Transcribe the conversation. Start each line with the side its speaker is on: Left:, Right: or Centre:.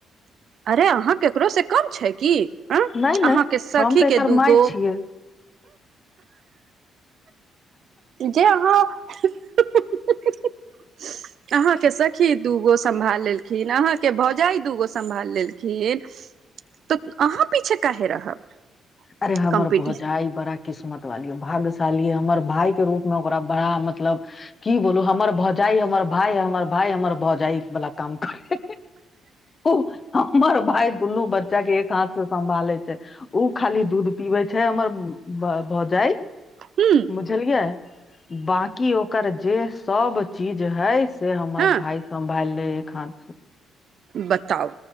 Right: अरे अहाँ केकरो से कम छै की अ
Left: नय नय
Right: अहाँके सखीके
Left: हम त एकर
Right: दूगो
Left: माई छियै
Right: जे अहाँ <inaudible>
Left: <inaudible>
Right: अहाँके सखी दूगो सम्भाल लेलखिन अहाँके भौजाइ दूगो सम्भाल लेलखिन तऽ अहाँ पीछे काहे रहब
Left: अरे हमर
Right: कम्पीटिशन
Left: भौजाई बड़ा किस्मत वाली भाग्यशाली ह हमर भााय के रूप मे ओकरा बड़ा मतलब की बोलो हमर भौजाइ हमर भाय हमर भाय हमर भौजाइ वाला काम करे ओ हमर भाय दुनू बच्चा के एक हाथ से सम्भाले छै ओ खाली दूध पीबे छै हमर भौजाई
Right: ह
Left: बुझलियै बाकी ओकर जे सब चीज हय से हमर
Right: हँ
Left: भााय सम्भाल लेहे एक हाथ से
Right: बताऊ